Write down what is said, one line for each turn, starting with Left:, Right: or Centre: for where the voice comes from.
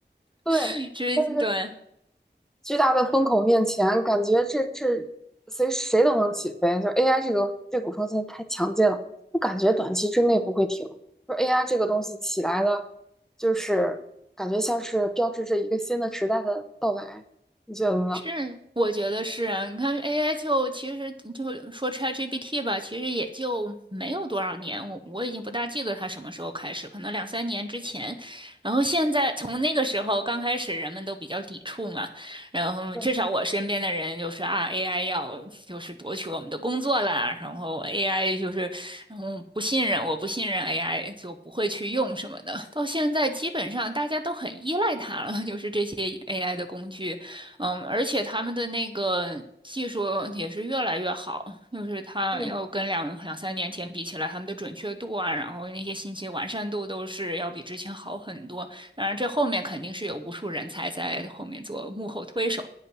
Centre: 对，
Right: <laughs>
Centre: 但是。
Right: 是，对。
Centre: 巨大的风口面前，感觉这这谁谁都能起飞。就 AI 这个这股风现在太强劲了，我感觉短期之内不会停。就 AI 这个东西起来了，就是感觉像是标志着一个新的时代的到来，你觉得呢？
Right: 是，我觉得是啊。你看 AI 就其实就说 ChatGPT 吧，其实也就没有多少年，我我已经不大记得它什么时候开始，可能两三年之前。然后现在从那个时候刚开始，人们都比较抵触嘛。然后至少我身边的人就是啊，AI
Centre: 嗯
Right: 要就是夺取我们的工作啦，然后 AI 就是然后不信任，我不信任 AI 就不会去用什么的。到现在基本上大家都很依赖它了，就是这些 AI 的工具。嗯，而且他们的那个技术也是越来越好，就是它要跟两两三年前比起来，
Centre: 嗯
Right: 他们的准确度啊，然后那些信息完善度都是要比之前好很多。当然，这后面肯定是有无数人才在后面做幕后推手，